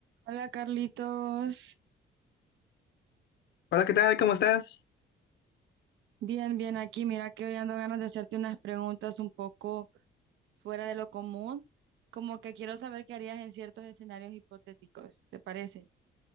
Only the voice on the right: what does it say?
Hola Carlitos,
bien, bien aquí. Mira que hoy ando ganas de hacerte unas preguntas un poco fuera de lo común, como que quiero saber qué harías en ciertos escenarios hipotéticos, ¿te parece?